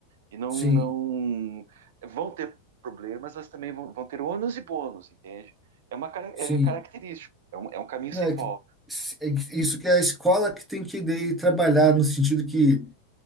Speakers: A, on the right; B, in the centre.
A: E não,
B: Sim,
A: não vão ter problemas, mas também vão, vão ter ônus e bônus, entende? É uma cara-
B: sim.
A: é característico, é um, é um caminho
B: Não,
A: sem
B: é
A: volta.
B: que, é que isso que é a escola que tem que daí, trabalhar, no sentido que